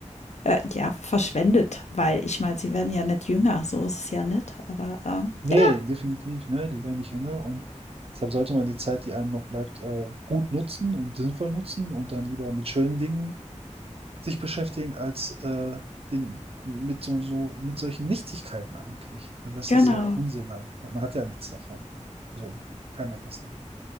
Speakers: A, on the left; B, on the right.
A: äh, ja, verschwendet, weil ich meine, sie werden ja nicht jünger, so ist es ja nicht. Aber, ähm,
B: nee,
A: ja,
B: definitiv, ne, die werden nicht jünger und Deshalb sollte man die Zeit, die einem noch bleibt, äh, gut nutzen und sinnvoll nutzen und dann lieber mit schönen Dingen sich beschäftigen als äh, den, mit so, so, mit solchen Nichtigkeiten eigentlich. Weil das
A: genau,
B: ist ja Unsinn halt. Man hat ja nichts davon. So, keiner hat was davon.